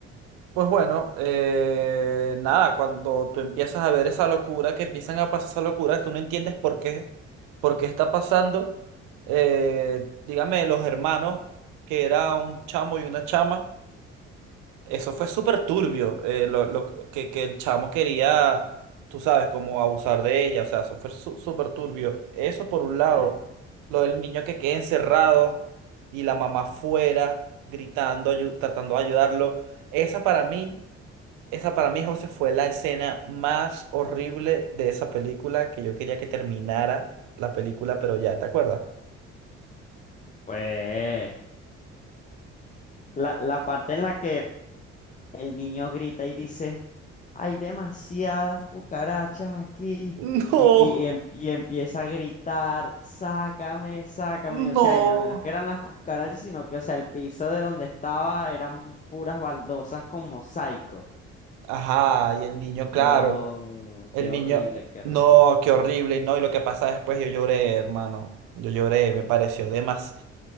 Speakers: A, on the right; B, on the left.
A: Pues bueno, eh, nada, cuando tú empiezas a ver esa locura, que empiezan a pasar esa locura, tú no entiendes por qué, por qué está pasando. Eh, dígame, los hermanos, que era un chamo y una chama, eso fue súper turbio, eh, lo, lo que, que el chamo quería, tú sabes, como abusar de ella, o sea, eso fue su- súper turbio. Eso por un lado,
B: Sí.
A: lo del niño que queda encerrado y la mamá fuera, gritando, ayu- tratando de ayudarlo. Esa para mí. Esa para mí, José, fue la escena más horrible de esa película que yo quería que terminara la película, pero ya, ¿te acuerdas?
B: Pues la, la parte en la que El niño grita y dice, hay demasiadas cucarachas aquí.
A: No,
B: Y, y, em- y empieza a gritar, sácame, sácame.
A: no.
B: Y, o sea, y no, no es que eran las cucarachas, sino que, o sea, el piso de donde estaba eran puras baldosas con mosaicos.
A: Ajá, y el niño,
B: No,
A: claro. El
B: qué horrible,
A: niño,
B: qué horrible.
A: no, qué horrible, y no, y lo que pasa después, yo lloré, hermano. Yo lloré, me pareció de más.